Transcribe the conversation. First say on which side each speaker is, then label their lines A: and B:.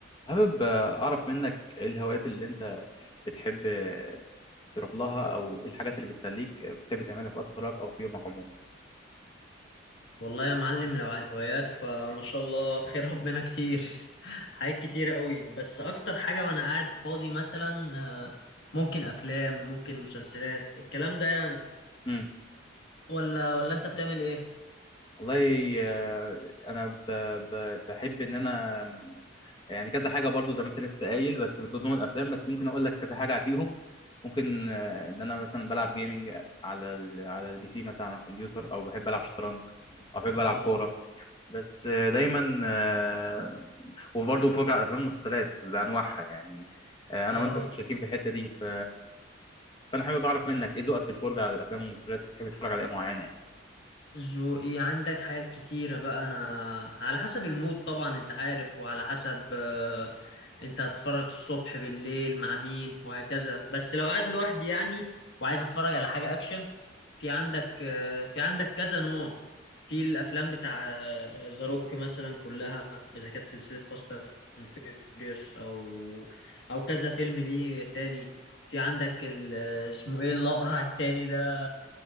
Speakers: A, on the left; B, on the left.
A: حابب أعرف منك إيه الهوايات اللي أنت بتحب تروح لها أو إيه الحاجات اللي بتسليك بتحب تعملها في وقت فراغك أو في يومك عموما
B: والله يا معلم لو على الهوايات فما شاء الله خير ربنا كتير <laughs> حاجات كتير قوي بس اكتر حاجة وانا قاعد فاضي مثلا آه، ممكن افلام ممكن مسلسلات الكلام ده يعني
A: امم
B: ولا ولا انت بتعمل ايه
A: والله آه، أنا ب... ب... بحب إن أنا يعني كذا حاجة برضو زي ما أنت لسه قايل بس من ضمن الأفلام بس ممكن أقول لك كذا حاجة فيهم ممكن آه، إن أنا مثلا بلعب جيمنج على ال... على البي سي مثلا على الكمبيوتر أو بحب ألعب شطرنج أو بحب
B: اه
A: ألعب كورة بس آه، دايما آه، وبرضه بفرج على الافلام والمسلسلات بانواعها يعني آه، انا
B: اه
A: وانت متشاركين في الحته دي ف فانا حابب اعرف منك ايه ذوقك في الفرجه على الافلام والمسلسلات بتحب تتفرج على ايه معينه يعني
B: ذوقي عندك حاجات كتيرة بقى أنا على حسب المود طبعا أنت عارف وعلى حسب آه، أنت هتتفرج الصبح بالليل مع مين وهكذا بس لو قاعد لوحدي يعني وعايز أتفرج على حاجة أكشن في عندك آه، في عندك كذا نوع في الأفلام بتاع آه، ذا روك مثلا كلها إذا كانت سلسلة فاست أند فيوريوس أو أو كذا فيلم ليه تاني في عندك ال- آه، اسمه إيه الأقرع التاني ده